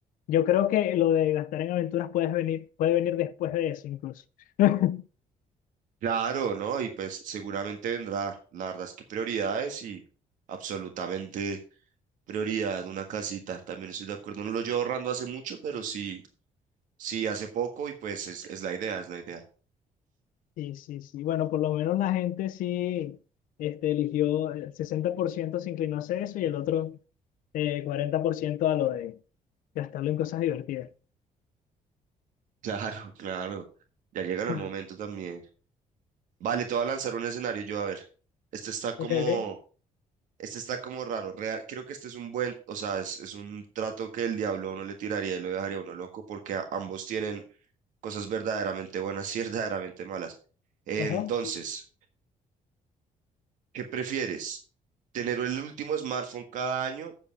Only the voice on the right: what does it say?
Claro, ¿no? Y pues seguramente vendrá. La verdad es que prioridades y absolutamente prioridad una casita. También estoy de acuerdo. No lo llevo ahorrando hace mucho, pero sí, sí hace poco y pues es, es la idea, es la idea.
Claro, claro. Ya llegará
el momento también. Vale, te voy a lanzar un escenario yo, a ver. Este está como,
este está como raro. Rea- creo que este es un buen, o sea, es, es un trato que el diablo a uno le tiraría y lo dejaría a uno loco porque a- ambos tienen cosas verdaderamente buenas y <laughs> verdaderamente malas. Entonces,
¿qué prefieres? ¿Tener el último smartphone cada año,